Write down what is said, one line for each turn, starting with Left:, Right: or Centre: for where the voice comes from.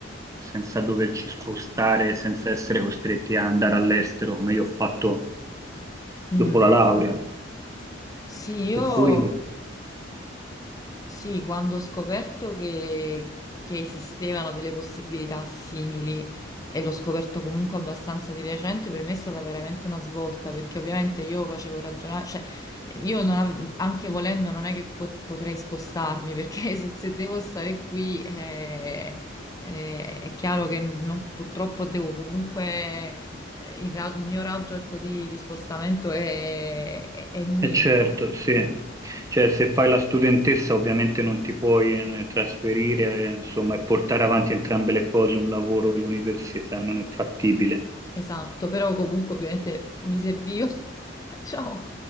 Right: senza doverci spostare, senza essere costretti a andare all'estero come io ho fatto
Left: Mm.
Right: dopo la laurea.
Left: Sì, io
Right: Per cui
Left: sì, quando ho scoperto che, che esistevano delle possibilità simili e l'ho scoperto comunque abbastanza di recente, per me è stata veramente una svolta perché ovviamente io facevo ragionare, cioè io non av- anche volendo non è che po- potrei spostarmi perché <laughs> se, se devo stare qui eh, eh, è chiaro che non- purtroppo devo comunque eh, il, ra- il mio raggio ecco, di, di spostamento è è- è minimo.
Right: E certo, sì. Cioè, se fai la studentessa ovviamente non ti puoi eh, trasferire, eh, insomma, e portare avanti entrambe le cose, un lavoro e l'università, non è fattibile.
Left: Esatto, però comunque ovviamente mi serviva, <laughs> diciamo,